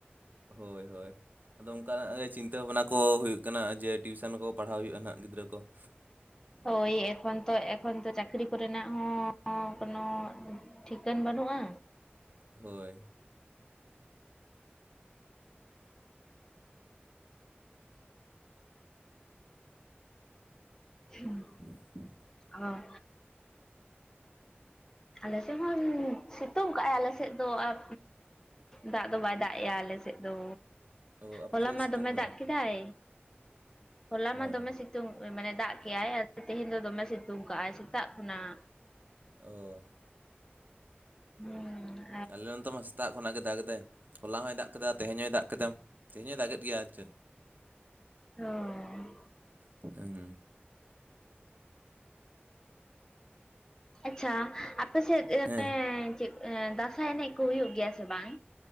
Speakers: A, on the right; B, on the left.
A: ᱦᱳᱭᱻᱦᱳᱭ᱾ ᱟᱫᱚ ᱚᱱᱠᱟᱱᱟᱜ ᱜᱮ ᱪᱤᱱᱛᱟᱹ ᱵᱷᱟᱵᱽᱱᱟ ᱠᱚ ᱦᱩᱭᱩᱜ ᱠᱟᱱᱟ ᱡᱮ, ᱴᱤᱭᱩᱥᱚᱱ ᱠᱚ ᱯᱟᱲᱦᱟᱣ ᱦᱩᱭᱩᱜᱼᱟ, ᱱᱷᱟᱜ ᱜᱤᱫᱽᱨᱟᱹ ᱠᱚ ᱾
B: ᱦᱳᱭ ᱮᱠᱷᱚᱱ ᱛᱚ ᱮᱠᱷᱚᱱ ᱛᱚ ᱪᱟᱹᱠᱨᱤ ᱠᱚᱨᱮᱱᱟᱜ ᱦᱚᱸ ᱠᱳᱱᱳ ᱴᱷᱤᱠᱟᱹᱱ ᱵᱟᱹᱱᱩᱜᱼᱟ᱾
A: ᱦᱳᱭ᱾
B: ᱦᱩᱸ
A: <inaudible>
B: ᱚᱸᱻ ᱟᱞᱮ ᱥᱮᱫ ᱦᱚᱸ ᱥᱤᱛᱩᱝ ᱠᱟᱜᱼᱟᱭ ᱟᱞᱮ ᱥᱮᱫ ᱫᱚ ᱟᱸ ᱫᱟᱜ ᱫᱚ ᱵᱟᱭ ᱫᱟᱜᱮᱼᱟ ᱟᱞᱮ ᱥᱮᱫ ᱫᱚ,
A: ᱚ ᱟᱯᱮ
B: ᱦᱚᱞᱟ
A: ᱥᱮᱫ ᱫᱚᱭ
B: ᱢᱟ
A: ᱥᱤᱛᱩᱝ
B: ᱫᱚᱢᱮ
A: ᱠᱟᱫᱟ
B: ᱫᱟᱜ ᱠᱮᱫᱟᱭ᱾ ᱦᱚᱞᱟ
A: ᱦᱳᱭ
B: ᱢᱟ ᱫᱚᱢᱮ ᱥᱤᱛᱩᱝ ᱢᱟᱱᱮ ᱫᱟᱜ ᱠᱮᱜᱟᱭ ᱛᱮᱦᱮᱸᱧ ᱫᱚᱢᱮ ᱥᱤᱛᱩᱝ ᱠᱟᱜᱼᱟᱭ ᱥᱮᱛᱟᱜ ᱠᱷᱚᱱᱟᱜ᱾
A: ᱳ
B: <unintelligible>
A: ᱟᱞᱮ ᱱᱚᱛᱮ ᱢᱟ ᱥᱮᱛᱟᱜ ᱠᱷᱚᱱᱟᱜ ᱜᱮ ᱫᱟᱜᱽ ᱮᱫᱟᱭ, ᱦᱚᱞᱟ ᱦᱚᱭ ᱫᱟᱜ ᱠᱮᱫᱟ ᱛᱮᱦᱮᱸᱧ ᱦᱚᱭ ᱫᱟᱜ ᱠᱮᱫᱟᱢ ᱛᱮᱦᱮᱸᱧ ᱦᱚᱸ ᱫᱟᱜᱮ ᱜᱮᱭᱟ, ᱟᱨ ᱪᱮᱫ
B: ᱚᱸᱻ᱾
A: ᱦᱮᱜ ᱮᱸ
B: ᱟᱪᱪᱷᱟ ᱟᱯᱮᱥᱮᱫ
A: ᱦᱮᱸ
B: ᱪᱮᱫ ᱫᱟᱸᱥᱟᱭ ᱮᱱᱮᱡ ᱠᱚ ᱦᱩᱭᱩᱜ ᱜᱮᱭᱟ ᱥᱮ ᱵᱟᱝ?